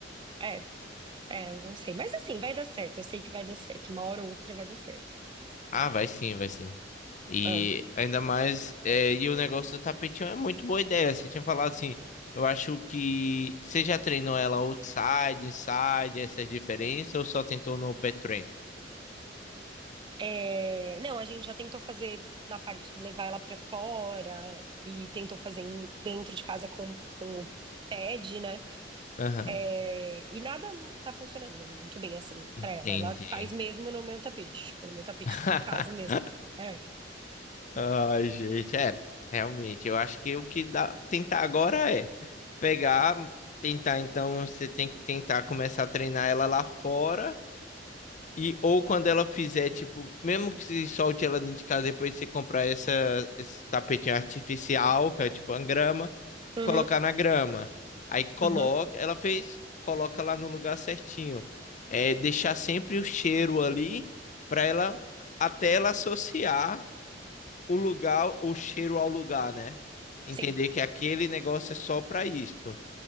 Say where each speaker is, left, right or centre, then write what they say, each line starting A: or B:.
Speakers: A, on the right (about 25°); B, on the left (about 40°).
A: é, é, eu não sei. Mas assim, vai dar certo, eu sei que vai dar certo, uma hora ou outra vai dar certo.
B: Ah, vai sim, vai sim. E
A: É.
B: ainda mais, é, e o negócio do tapetinho é muito boa ideia. Você tinha falado assim, eu acho que você já treinou ela outside, inside, essas diferenças, ou só tentou no pet train?
A: É, não, a gente já tentou fazer na parte de levar ela pra fora e tentou fazer em- dentro de casa com, com o pad, né?
B: Aham,
A: É, e nada tá funcionando muito bem assim
B: entendi.
A: pra ela. Ela faz mesmo no meu tapete, tipo, no meu tapete
B: <laughs>
A: de casa mesmo. É.
B: Ai, gente, é, realmente, eu acho que o que dá tentar agora é pegar, tentar, então você tem que tentar começar a treinar ela lá fora e ou quando ela fizer, tipo, mesmo que se solte ela dentro de casa, depois você comprar essa esse tapetinho artificial, que é tipo uma grama,
A: Uhum,
B: colocar na grama. Aí coloca,
A: uhum.
B: ela fez, coloca lá no lugar certinho. É deixar sempre o cheiro ali para ela até ela associar o lugar, o cheiro ao lugar, né? Entender
A: Sim,
B: que aquele negócio é só para isto.